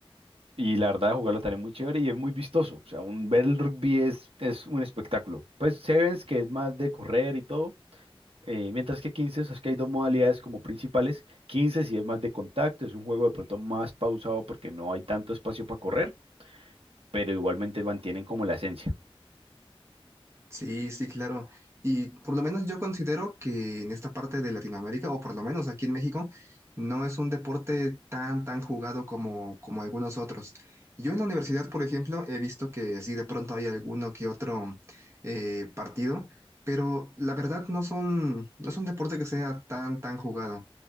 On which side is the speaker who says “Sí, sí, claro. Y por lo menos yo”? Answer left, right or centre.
Right